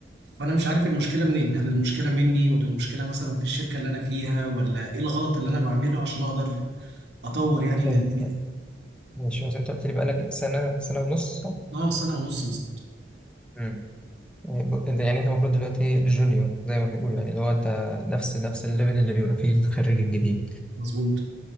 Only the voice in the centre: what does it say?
حلو
حلو. ماشي بس انت قلت لي بقالك إيه؟ سنه سنه ونص صح؟
مم. يعني ب- أنت- يعني انت المفروض دلوقتي جونيور زي ما بيقولوا يعني اللي هو انت نفس نفس الليفل اللي بيبقى فيه الخريج الجديد